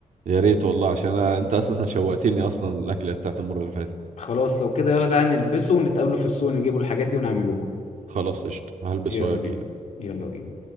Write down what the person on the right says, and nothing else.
يا ريت والله عشان أنا... انت اساسا شوقتني اصلا الاكله بتاعت المره اللي فاتت دي.
خلاص قشطه هلبس
واجي